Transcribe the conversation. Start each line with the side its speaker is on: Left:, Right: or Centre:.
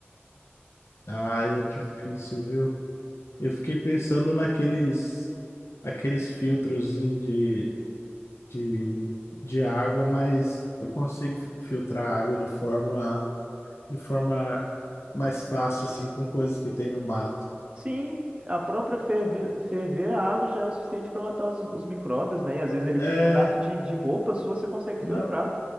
Left: ah, é difícil, viu? Eu fiquei pensando naqueles aqueles filtros de, de, de água, mas eu consigo fi- filtrar a água de forma de forma mais fácil, assim, com coisas que tem no mato.
Right: Sim, a própria ferver, ferver a água já é o suficiente para matar os, os micróbios, né? E às vezes ele
Left: É,
Right: com um pedaço de, de roupa sua você consegue filtrar.
Left: não,